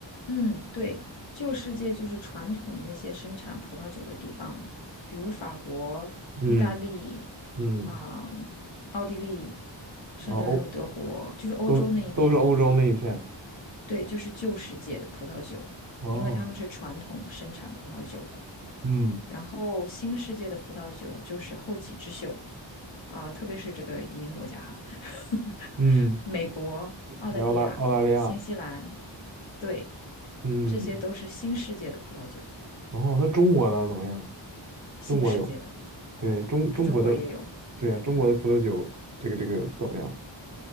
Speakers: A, on the left; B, on the right.
A: 嗯，对，旧世界就是传统那些生产葡萄酒的地方，比如法国、
B: 嗯
A: 意大利
B: 嗯，
A: 啊、奥地利，甚至还有德国，
B: 啊欧
A: 就是欧洲那一边。
B: 都都是欧洲那一片。
A: 对，就是旧世界的葡萄酒，
B: 哦，
A: 因为他们是传统生产葡萄酒的。
B: 嗯
A: 然后新世界的葡萄酒就是后起之秀啊、特别是这个移民国家哈，<laughs>
B: 嗯，
A: 美国、澳大利亚、
B: 澳大澳大利亚，
A: 新西兰，对，
B: 嗯，
A: 这些都是新世界的葡萄酒，
B: 哦，那中国呢？怎么样？
A: 新世界的，
B: 中国有，对中中国的，
A: 中国也有，
B: 对呀、中国的葡萄酒，
A: 嗯，
B: 这个这个怎么样？